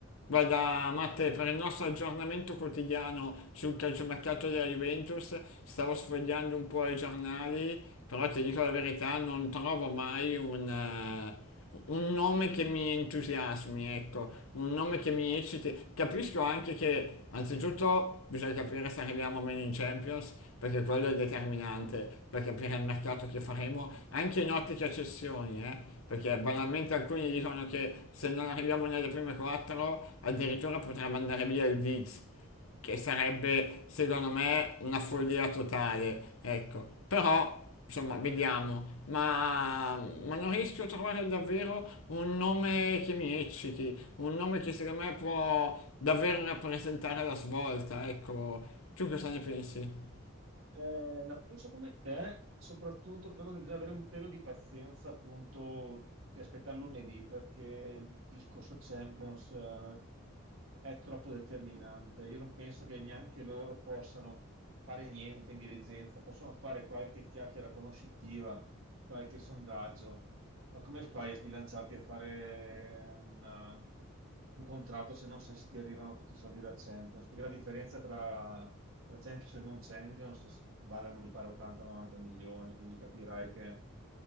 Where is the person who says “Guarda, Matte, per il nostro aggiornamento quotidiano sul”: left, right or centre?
Left